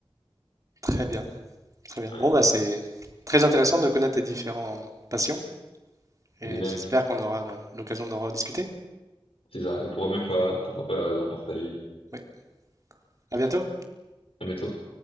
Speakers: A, on the right; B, on the left.
A: Très bien, très bien. Bon,
B: Ouais.
A: bah, c'est très intéressant de connaître tes différentes passions et
B: De même,
A: j'espère qu'on aura le- l'occasion d'en rediscuter.
B: c'est ça. Et pourquoi même pas, pourquoi pas en partager.
A: Oui, à bientôt.
B: À bientôt.